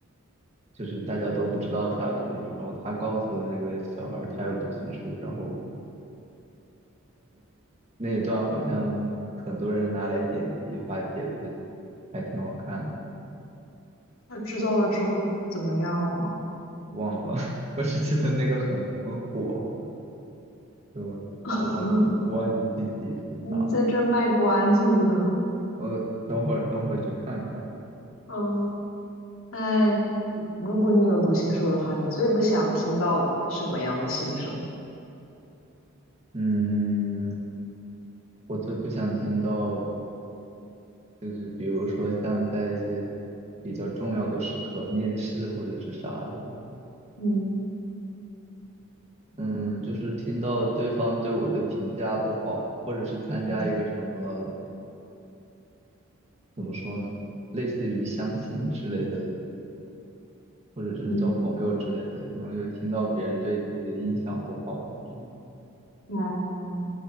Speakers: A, on the right; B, on the left.
A: 就是大家都不知道他有读心术，然后他告诉那个小孩儿他有读心术，然后那一段好像很多人拿来剪辑发帖子，还挺好看的，
B: 那知道了之后怎么样了吗？
A: 忘了，
B: 嗯
A: <laughs> 我只记得那个很很火。我我忘记我忘记具体是啥了，
B: <laughs> 你在这卖关子的呢。
A: 我等会儿等会儿去看看。
B: 嗯，那如果你有读心术的话，你最不想听到什么样的心声？
A: 嗯，我最不想听到就是比如说像在一些比较重要的时刻，面试或者是啥的，
B: 嗯
A: 嗯，就是听到对方对我的评价不好，或者是参加一个什么
B: 嗯
A: 怎么说呢，类似于相亲之类的，或者是交朋友之类的，
B: 嗯，
A: 然后又听到别人对自己的印象不好，这种
B: 啊，